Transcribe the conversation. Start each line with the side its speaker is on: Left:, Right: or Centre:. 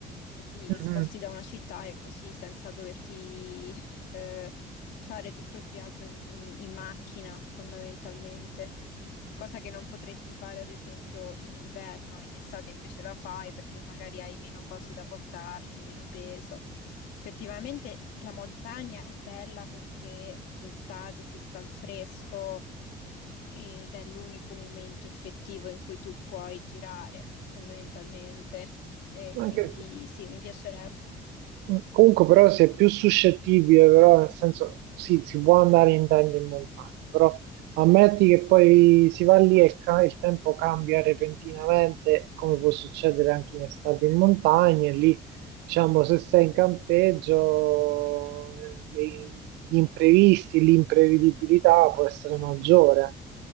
Left: se ti
Right: mhm.
Left: sposti da una città e così senza doverti eh, Fare tutto il viaggio, mhmm, in macchina fondamentalmente, cosa che non potresti fare ad esempio in inverno, in estate invece la fai perché magari hai meno cose da portarti, meno peso. Effettivamente la montagna è bella perché d'estate si sta al fresco ed è l'unico momento effettivo in cui tu puoi girare fondamentalmente. E
Right: mhm.
Left: quindi
Right: Anche se-
Left: sì, mi piacerebbe.
Right: Mm, Comunque però si è più suscettibile, però nel senso sì, si può andare in tenda in montagna, però ammetti che poi si va lì e il, ca- il tempo cambia repentinamente, come può succedere anche in estate in montagna, e lì diciamo se sei in campeggio eh, le- gli imprevisti, l'imprevedibilità può essere maggiore.